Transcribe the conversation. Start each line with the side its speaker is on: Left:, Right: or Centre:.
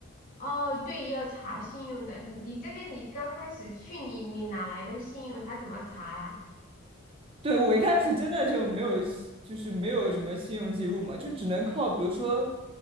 Left: 哦，对，要查信用的。你这边你刚开始去，你你哪来的信用？他怎么查呀？
Right: 对，我一开始真的就没有信就是没有什么信用记录嘛，就只能靠比如说